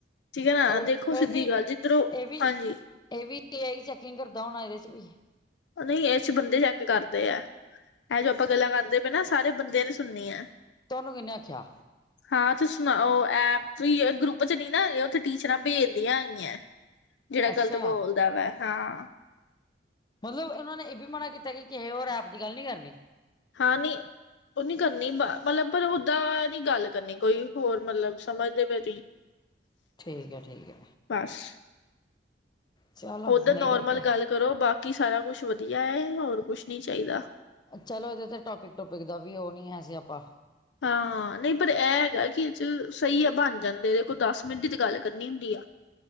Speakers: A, on the left; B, on the left.
A: ਨਾ
B: ਐ
A: ਦੇਖੋ ਸਿੱਧੀ
B: ਇਹ ਵੀ
A: ਗੱਲ
B: -ਇਹ
A: ਜਿੱਧਰੋਂ
B: ਵੀ
A: ਹਾਂਜੀ
B: ਇਹ ਵੀ ਏ ਆਈ ਚੈਕਿੰਗ ਕਰਦਾ ਹੋਣਾ ਇਹਦੇ 'ਚ ਵੀ
A: ਨਹੀਂ ਇਸ 'ਚ ਬੰਦੇ ਚੈਕ ਕਰਦੇ ਆ। ਇਹ ਜੋ ਆਪਾਂ ਗੱਲਾਂ ਕਰਦੇ ਪਏ ਨਾ। ਸਾਰੇ ਬੰਦਿਆਂ ਨੇ ਸੁਣਨੀ ਆ।
B: ਤੁਹਾਨੂੰ ਕਿੰਨੇ ਆਖਿਆ?
A: ਹਾਂ ਤੁਸੀਂ ਸੁਣਾਓ ਐਪ 'ਚ ਈ ਆ ਗਰੁੱਪ 'ਚ ਨਹੀਂ ਨਾ। ਉੱਥੇ ਟੀਚਰਾਂ ਭੇਜਦੀਆਂ ਹੈਗੀਆਂ। ਜਿਹੜਾ
B: ਅੱਛਾ
A: ਗ਼ਲਤ ਬੋਲਦਾ ਵਾ ਹਾਂ।
B: ਮਤਲਬ ਉਹਨਾਂ ਨੇ ਇਹ ਵੀ ਮਨਾ ਕੀਤਾ ਕਿ ਕਿਸੇ ਹੋਰ ਐਪ ਦੀ ਗੱਲ ਨਹੀ ਕਰਨੀ।
A: ਹਾਂ ਨੀ ਉਹ ਨੀ ਕਰਨੀ ਮਤਲਬ ਪਰ ਓਦਾਂ ਨੀ ਗੱਲ ਕਰਨੀ ਕੋਈ ਹੋਰ ਮਤਲਬ ਸਮਝਦੇ ਪਏ ਤੁਸੀਂ।
B: ਠੀਕ ਐ ਠੀਕ ਐ।
A: ਬੱਸ
B: ਚਲੋ
A: ਉੱਧਰ
B: ਨਹੀਂ
A: ਨੋਰਮਲ
B: ਕਰਦੇ
A: ਗੱਲ ਕਰੋ ਬਾਕੀ ਸਾਰਾ ਕੁਛ ਵਧੀਆ ਐ। ਹੋਰ ਕੁਛ ਨੀ ਚਾਹੀਦਾ।
B: ਚਲੋ ਇਹਦੇ 'ਤੇ ਟੋਪਿਕ ਟੋਪਿਕ ਦਾ ਵੀ ਉਹ ਨਹੀਂ ਹੈ ਸੀਆਪਾਂ।
A: ਹਾਂ ਨਹੀਂ ਪਰ ਇਹ ਹੈਗਾ ਕਿ ਇਹ 'ਚ ਸਹੀ ਆ ਬਣ ਜਾਂਦੇ ਦੇਖੋ ਦਸ ਮਿੰਟ ਤੇ ਗੱਲ ਕਰਨੀ ਹੁੰਦੀ ਆ। <inaudible>